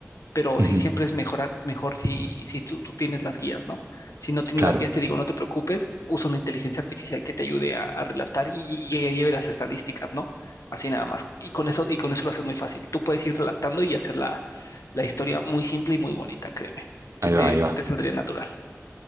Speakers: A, on the left (about 85°); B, on the right (about 60°).
A: pero
B: Ujú,
A: sí siempre es mejorar, mejor si, si tú, tú tienes las guías, ¿no? Si no tienes
B: Claro,
A: las guías, te digo, no te preocupes, usa una inteligencia artificial que te ayude a, a relatar y, y- y lleve las estadísticas, ¿no? Así nada más. Y con eso, y con eso lo haces muy fácil. Tú puedes ir relatando y hacer la, la historia muy simple y muy bonita, créeme. Te,
B: ahí
A: te,
B: va, ahí
A: te,
B: va.
A: te saldría natural.